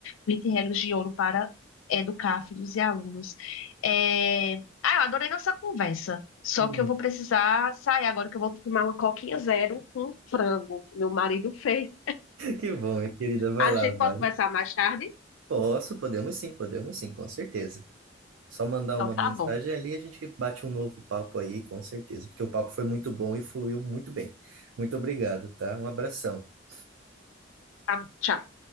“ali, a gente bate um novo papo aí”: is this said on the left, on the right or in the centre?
Right